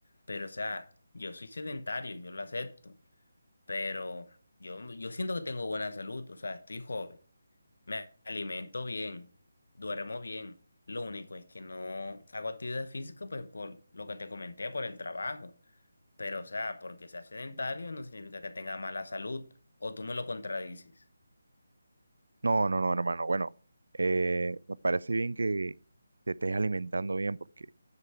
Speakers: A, on the left; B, on the right.
A: Pero, o sea, yo soy sedentario, yo lo acepto. Pero yo, yo siento que tengo buena salud, o sea, estoy joven, me alimento bien, duermo bien. Lo único es que no hago actividad física, pues por lo que te comenté, por el trabajo. Pero, o sea, porque sea sedentario no significa que tenga mala salud. O tú me lo contradices.
B: No, no, no, hermano. Bueno, eh, me parece bien que te estés alimentando bien porque